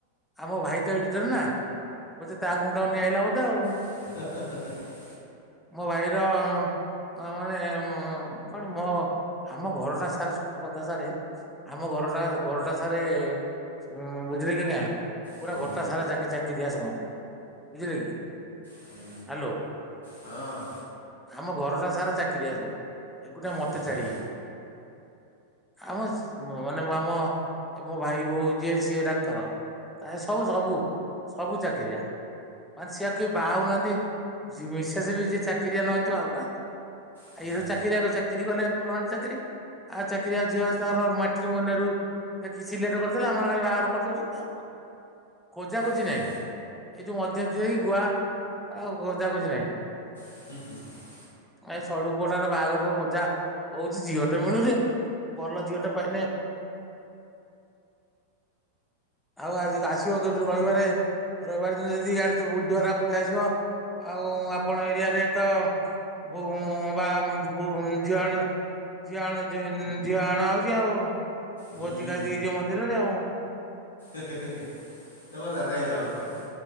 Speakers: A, in the centre; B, on the left (about 70°).
A: ଆମ ଭାଇ ତ ଏଡିଟର ନା, ବୋଧେ ତା ଗୁଣ୍ଡ ନେଇ ଆଇଲା ବୋଧେ ଆଉ।
B: ହ <unintelligible>
A: ମୋ ଭାଇର ଆ ମାନେ କଣ ମୋ ଆମ ଘରଟା ସାରା ସତକଥା ସାରେ ଆମ ଘରଟା, ଘରଟା ସାରେ ହୁଁ, ବୁଝିଲି କି ଆଜ୍ଞା। ପୁରା
B: ହୁଁ
A: ଗୋଟା ସାରା ଚାକି ଚାକି ଦିଆ ସମସ୍ତେ ବୁଝିଲେ କି?
B: ହୁଁ
A: ହାଲୋ
B: ହଁ
A: ଆମ ଘରଟା ସାରା ଚାକିରିଆ ସବୁ। ଏକୁଟିଆ ମତେ
B: ହଁ ବା
A: ଛାଡିକି। ଆମ ମାନେ ମୁଁ ଆମ ଭାଇ ବୋହୁ ଯିଏ ସିଏ ଡାକ୍ତର। ପ୍ରାୟ ସବୁ, ସବୁ, ସବୁ ଚାକିରିଆ ମାନେ ସିଏ ଆଉ କେହି ବାହା ହଉନାହାନ୍ତି, ମିଶେସ ବି ଯିଏ ଚାକିରିଆ ନ ହେଇଥିବ ବାହା ହଉନାହାନ୍ତି।
B: ହୁଁ
A: ଆଉ
B: ହୁଁ
A: ଇଏ ସବୁ ଚାକିରିଆ, ଚାକିରି କଲେ ପରମାନେଟ ଚାକିରି ଆଉ ଚାକିରିଆ ଝିଅ ହିସାବର ମାଟ୍ରିମନି ରୁ ଦେଖି ସିଲେଟ କରିଦେଲେ। ଆମର ଖାଲି ବାହାଘର କରିଦଉଛନ୍ତି ଆଉ କଣ। ଖୋଜା ଖୋଜି
B: ହୁଁ
A: ନାହିଁ, ଏଇ ଯୋଉ ମଧ୍ୟସ୍ଥି ହେଇ ଗୁଆ, ଆଉ ଖୋଜା ଖୋଜି ନାହିଁ।
B: <unintelligible>
A: ଏଇ ସଡୁ ପୁଅଟାର ବାହାଘର ଖୋଜା ହଉଛି, ଝିଅ ଟେ ମିଳୁନି। ଭଲ ଝିଅଟା ପାଇଲେ ଆଉ, ଆଜି ଆସିବ। <unintelligible> ରଇବାରେ, ରବିବାର ଦିନ ଯଦି ଇଆଡେ ବୁଧୁବାରେ <unintelligible> ପଳେଇ ଆସିବ। ଆଉ, ଆପଣ ଏରିଆରେ ତ <unintelligible> ବା ଝିଅଣେ ଝିଅ ଆଣ ଝିଅ ଆଣ ହଉଛି ଆଉ,
B: ହୁଁ
A: ଭୋଜି ଖାଇ ଦେଇ ଦେଇେଇ ଯିବ ମନ୍ଦିରରେ ଆଉ।
B: ଏବ ଯ ଯାଇ ଯଅ ବା <unintelligible>